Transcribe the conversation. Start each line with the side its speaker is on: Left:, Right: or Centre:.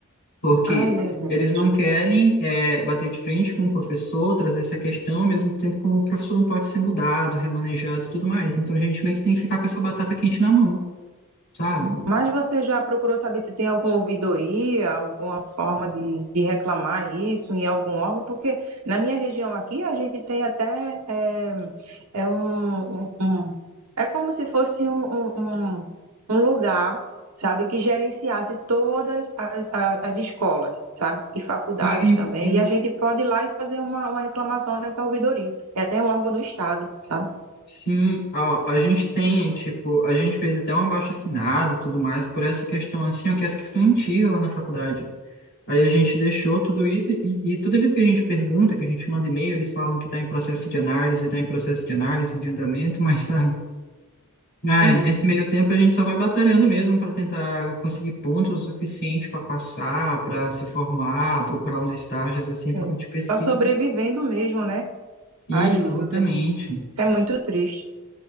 Left: porque
Right: Ai, meu Deus.
Left: eles não querem eh, bater de frente com o professor, trazer essa questão, ao mesmo tempo como o professor não pode ser mudado, remanejado e tudo mais. Então a gente meio que tem que ficar com essa batata quente na mão, sabe?
Right: Mas você já procurou saber se tem alguma ouvidoria, alguma forma de, de reclamar isso em algum órgão? Porque na minha região aqui a gente tem até é, é um, um- um- é como se fosse um, um, um- um lugar, sabe, que gerenciasse todas as, a- as escolas, sabe, e faculdades
Left: E
Right: também.
Left: sim,
Right: E a gente pode ir lá e fazer uma, uma reclamação nessa ouvidoria. É até um órgão do Estado, sabe?
Left: sim, ó, a gente tem, tipo, a gente fez até um abaixo-assinado e tudo mais por essa questão assim, ó, que é essa questão antiga lá na faculdade. Aí a gente deixou tudo isso e, e toda vez que a gente pergunta, que a gente manda e-mail, eles falam que está em processo de análise, está em processo de análise, de andamento, <laughs> mas sabe? Ah,
Right: Entendi.
Left: nesse meio tempo a gente só vai batalhando mesmo para tentar conseguir pontos o suficiente para passar, para se formar, procurar uns estágios assim
Right: entendi.
Left: para de pesquisa.
Right: Só sobrevivendo mesmo, né?
Left: Isso,
Right: Às lutas.
Left: exatamente.
Right: Isso é muito triste.